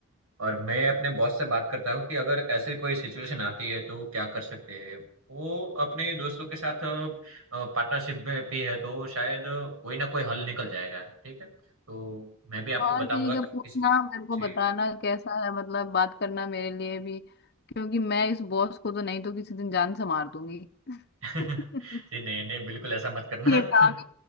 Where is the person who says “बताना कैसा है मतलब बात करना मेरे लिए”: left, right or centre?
Left